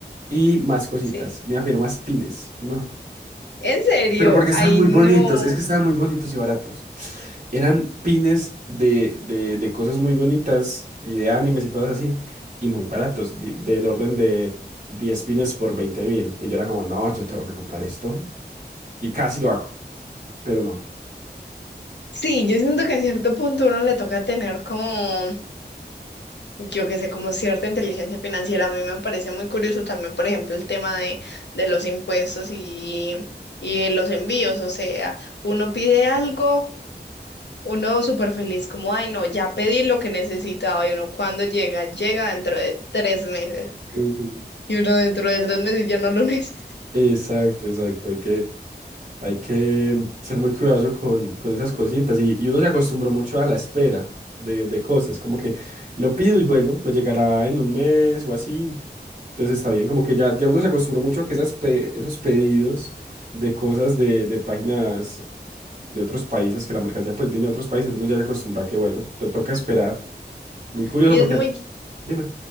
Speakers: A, on the right; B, on the left.
A: Y más cositas.
B: Sí.
A: Me había más pines. No.
B: En serio,
A: Pero porque estaban
B: ay
A: muy
B: no.
A: bonitos. Es que estaban muy bonitos y baratos. Eran pines de, de, de cosas muy bonitas y de animes y cosas así. Y muy baratos. di- del orden de 10 pines por veinte mil. Y yo era como, no, yo tengo que comprar esto. Y casi lo hago. Pero no.
B: Sí, yo siento que en cierto punto uno le toca tener como, yo qué sé, como cierta inteligencia financiera. A mí me parece muy curioso también, por ejemplo, el tema de, de los impuestos y, y de los envíos. O sea, uno pide algo, uno súper feliz, como, ay no, ya pedí lo que necesitaba. Y uno cuando llega, llega dentro de tres meses.
A: Ujú.
B: Y uno dentro de tres meses ya no lo <laughs> necesita.
A: Exacto, exacto. Hay que, Hay que ser muy cuidadoso con, con esas cositas y, y uno se acostumbró mucho a la espera de, de cosas, como que lo pido y bueno, me llegará en un mes o así, entonces está bien, como que ya, ya uno se acostumbró mucho a que esas pe- esos pedidos de cosas de, de páginas de otros países, que la mercancía pues viene de otros países, uno ya se acostumbra a que bueno, te toca esperar, muy curioso
B: Y
A: porque,
B: es muy
A: an- dime,